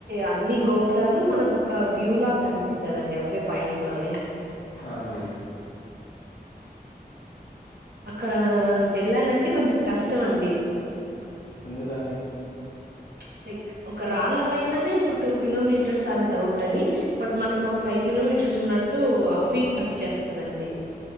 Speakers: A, on the right; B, on the left.
A: అన్ని గోపురాలు మన ఒక వ్యూ లాగా కనిపిస్తందండి ఒకే పాయింట్ లోని
B: ఆ అండి
A: అక్కడ వెళ్ళాలంటే కొంచెం కష్టం అండి
B: ఎందుకండి
A: ప్చ్ లైక్ ఒక రాళ్ళ పైననే ఒక టూ కిలోమీటర్స్ అంతా ఉంటది బట్ మనకు ఒక ఫైవ్ కిలోమీటర్స్ ఉన్నట్టు ఆ ఫీక్ వర్క్ చేస్తందండి